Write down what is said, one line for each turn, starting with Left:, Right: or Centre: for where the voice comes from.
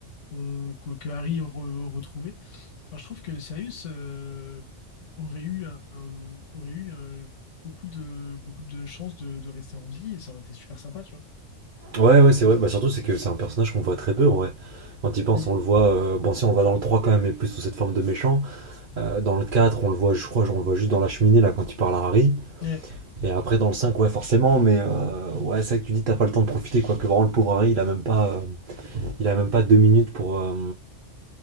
Left: qu'on- que, que Harry re- retrouvait. Enfin, je trouve que Sirius euh, aurait eu, un- un- aurait eu euh, beaucoup de, beaucoup de chances de, de rester en vie et ça aurait été super sympa, tu vois.
Right: ouais, ouais, c'est vrai. Bah, surtout, c'est que c'est un personnage qu'on voit très peu en vrai. Quand il pense,
Left: Mm.
Right: on le voit. euh, Bon, si on le voit dans le 3, quand même, mais plus sous cette forme de méchant. Euh, dans le 4, on le voit, je crois, on le voit juste dans la cheminée là quand il parle à Harry.
Left: Ouais,
Right: Et après, dans le 5, ouais, forcément, mais euh, ouais, c'est ça que tu dis, t'as pas le temps de profiter quoi. Que vraiment, le pauvre Harry, il a même pas. euh, il a même pas deux minutes pour, euh,